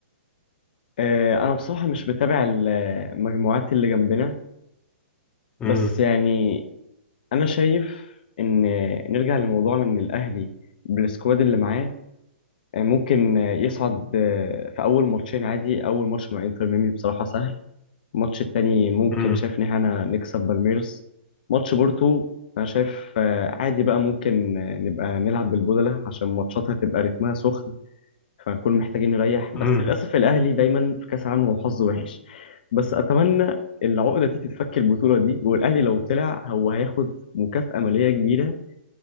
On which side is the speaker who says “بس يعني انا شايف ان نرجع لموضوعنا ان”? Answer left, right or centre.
Left